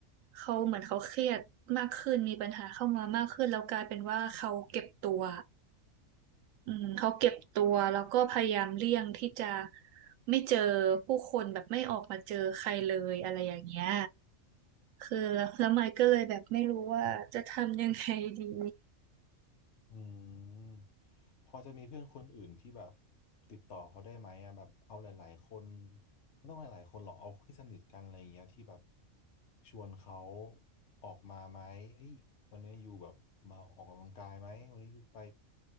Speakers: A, on the right (about 80°); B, on the left (about 60°).
A: เขาเหมือนเขาเครียดมากขึ้นมีปัญหาเข้ามามากขึ้นแล้วกลายเป็นว่าเขาเก็บตัวอืมเขาเก็บตัวแล้วก็พยายามเลี่ยงที่จะไม่เจอผู้คนแบบไม่ออกมาเจอใครเลยอะไรอย่างเงี้ยคือแล้วแล้วไมค์ก็เลยแบบไม่รู้ว่าจะทำยังไงดี
B: อืมพอจะมีเพื่อนคนอื่นที่แบบติดต่อเขาได้ไหมอะแบบเอาหลายๆคนไม่ต้องหลายๆคนหรอกเอาที่สนิทกันอะไรอย่างเงี้ยที่แบบชวนเขาออกมาไหมเอ้ยวันนี้อยู่แบบมาออกกำลังกายไหมวันนี้อยู่ไป